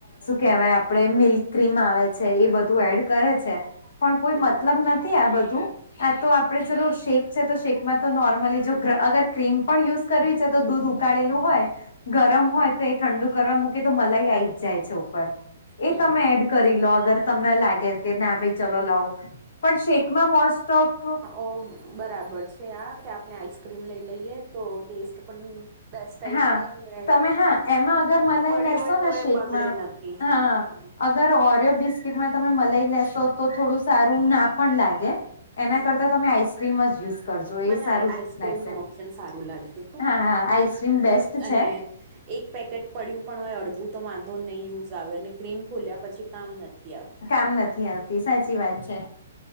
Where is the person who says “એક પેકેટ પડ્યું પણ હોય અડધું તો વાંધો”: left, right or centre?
Right